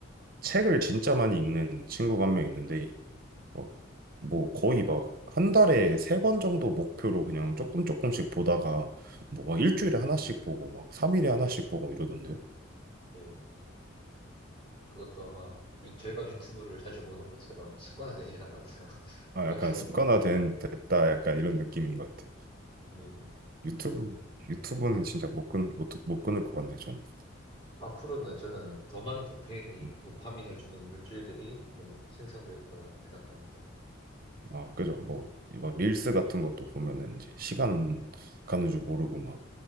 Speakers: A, on the right (about 45°); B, on the left (about 25°).
A: 책을 진짜 많이 읽는 친구가 한 명 있는데 어, 뭐 거의 막 한 달에 세 권 정도 목표로 그냥 조금 조금씩 보다가 뭐막 일주일에 하나씩 보고 막 3일에 하나씩 보고 이러던데요.
B: 네. 그것도 아마 유- 저희가 유튜브를 자주 보는 것처럼 습관화되지 않았나 <laughs>
A: 아,
B: 생각해
A: 약간
B: 봅니다.
A: 습관화된 됐다 약간 이런 느낌인 것 같아.
B: 네네.
A: 유튜브 유튜브는 진짜 못 끊, 못, 못 끊을 것 같네 저는.
B: 앞으로는 저는 더 많은 도페인이,
A: 음.
B: 도파민을 주는 물질들이 좀 생성될 거라 생각합니다.
A: 아, 그죠. 뭐 막 릴스 같은 것도 보면은 이제 시간 가는 줄 모르고 막